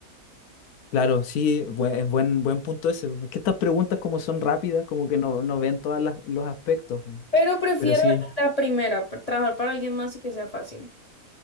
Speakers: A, on the left; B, on the left.
A: Claro, sí, buen, es buen, buen punto ese. porque estas preguntas como son rápidas, como que no, no ven todos los aspectos.
B: pero prefiero
A: Pero sí,
B: la primera, pr- trabajar para alguien más y que sea fácil.